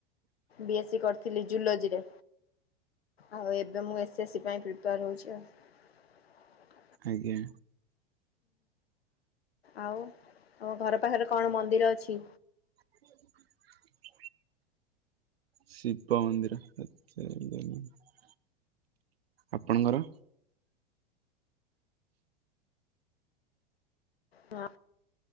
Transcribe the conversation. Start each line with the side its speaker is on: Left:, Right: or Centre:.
Left: ବି ଏସ୍ ସି କରିଥିଲି -ଜୁଲୋଜିରେ ଆଉ ଏବେ ମୁଁ ଏସ୍ ଏସ ସି ପାଇଁ ପ୍ରିପେୟାର ହଉଛି ଆଉ।
Right: ଆଜ୍ଞା।
Left: ଆଉ ତମ ଘର ପାଖରେ କଣ ମନ୍ଦିର ଅଛି?
Right: <unintelligible> ଶିବ ମନ୍ଦିର <unintelligible> ଆପଣଙ୍କର?
Left: ହ